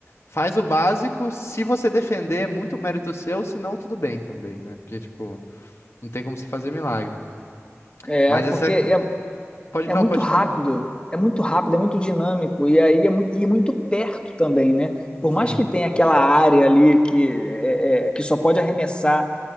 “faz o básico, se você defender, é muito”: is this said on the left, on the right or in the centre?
Left